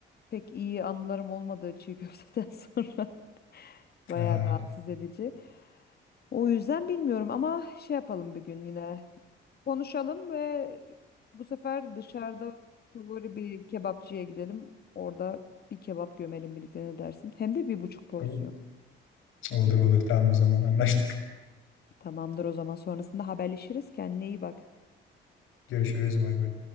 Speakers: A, on the left; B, on the left.
A: pek iyi anılarım olmadığı çiğ köfteden <laughs> sonra bayağı
B: Aa,
A: rahatsız edici. O yüzden bilmiyorum ama şey yapalım bir gün yine konuşalım ve bu sefer dışarıda favori bir kebapçıya gidelim. Orada bir kebap gömelim birlikte ne dersin? Hem de bir buçuk porsiyon.
B: bu- olur olur tamam o zaman anlaştık.
A: Tamamdır o zaman sonrasında haberleşiriz. Kendine iyi bak.
B: Görüşürüz bay bay.